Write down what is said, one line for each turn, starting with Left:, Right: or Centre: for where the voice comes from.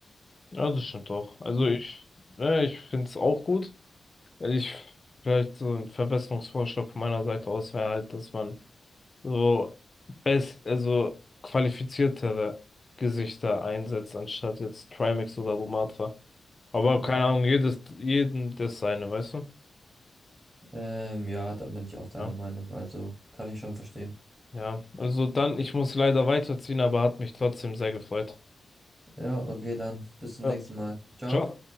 Left: Ja, das stimmt auch. Also
Right: Du?
Left: ich, äh, ich finde es auch gut. Ich, vielleicht so ein Verbesserungsvorschlag von meiner Seite aus wäre halt, dass man so best, also qualifiziertere Gesichter einsetzt, anstatt jetzt Trimax oder Lumatra. Aber
Right: Mhm.
Left: keine Ahnung, jedes, jeden das seine, weißt du?
Right: Ähm, ja, da bin ich auch deiner
Left: Ja.
Right: Meinung, also kann ich schon verstehen.
Left: Ja, also dann, ich muss leider weiterziehen, aber hat mich trotzdem sehr gefreut.
Right: Ja, okay, dann bis zum
Left: Ja.
Right: nächsten Mal. Ciao.
Left: Ciao.